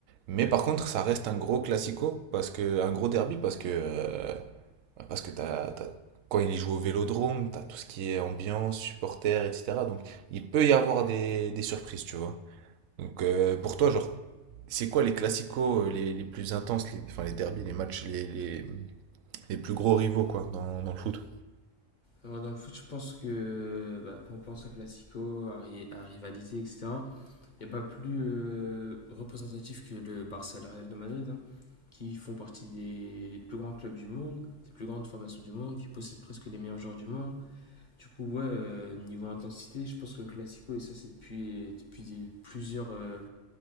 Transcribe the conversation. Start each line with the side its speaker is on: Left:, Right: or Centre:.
Right: Mais par contre, ça reste un gros classico, parce que, un gros derby, parce que euh, parce que t'as, t'as- quand il joue au Vélodrome, t'as tout ce qui est ambiance, supporters, etc. Donc il peut y avoir des, des surprises, tu vois. Donc euh, pour toi, genre, c'est quoi les classicos euh, les, les plus intenses, les, enfin les derbies, les matchs, les, les, les plus gros rivaux, quoi, dans, dans le foot?
Left: Alors, dans le foot, je pense que bah, quand on pense à Classico, à, ri- à rivalité, etc., il n'y a pas plus euh, représentatif que le Barça et le Real de Madrid, hein, qui font partie des, des plus grands clubs du monde, des plus grandes formations du monde, qui possèdent presque les meilleurs joueurs du monde Du coup, ouais, euh, niveau intensité, je pense que le Classico, et ça, c'est depuis, depuis plusieurs. euh,